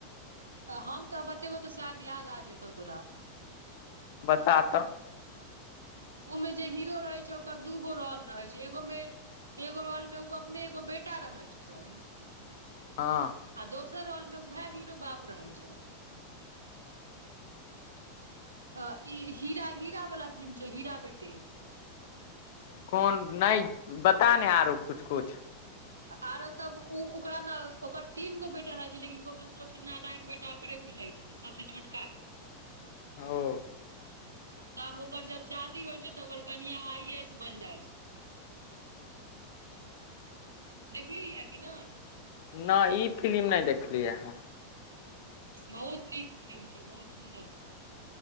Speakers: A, on the right; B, on the left.
A: हम त बतेबौ त शायद याद आ जेतौ तोरा।
B: बता तऽ।
A: ओमे जे हीरो रहय छैय ओकर दूगो रौल रहय छैय एगो मे, एगो रौल मे ओ अपने एगो बेटा रहै छैय।
B: हँ।
A: आ दोसर रौलमे उएह हीरो बाप रहै छैय। त इ हीरा, हीरा वला फिल्म छौ हीरा बेटी।
B: कोन नय बता ने आरो कुछ- कुछ।
A: आरो तब उ ओकरामे ओकर तीन गो बेटा रहै छैय, लेकिन उ अपन सबसँ नालायक बेटा ओकरे बुझैय छैय। सबसे छोटका के।
B: ओ।
A: आ तब ओकर जब शादी होइ छैय त ओकर कनिया आइ-ए- एस बन जाइ छैय। देखली है कि नय।
B: न इ फिलिम नै देखलियै हम।
A: बहुत नीक फिलिम छैय। बहुत सुन्दर छैय।